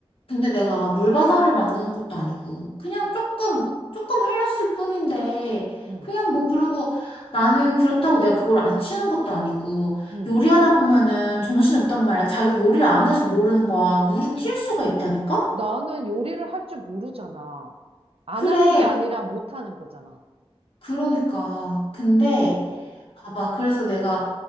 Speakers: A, on the left (about 60°); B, on the right (about 65°).
A: 근데 내가 물바다를 만드는 것도 아니고 그냥
B: 응.
A: 조금 조금 흘렸을 뿐인데
B: 응.
A: 그냥 뭐 그러고 나는 그렇다고 내가 그걸 안 치는 것도 아니고
B: 응.
A: 요리하다 보면은 정신이 없단 말이야. 자기 요리를 안 해서 모르는 거야. 물이 튈 수가 있다니까?
B: 나는 요리를 할 줄 모르잖아. 안
A: 그래.
B: 하는 게 아니라 못 하는 거잖아.
A: 그러니까. 근데
B: 어.
A: 봐봐. 그래서 내가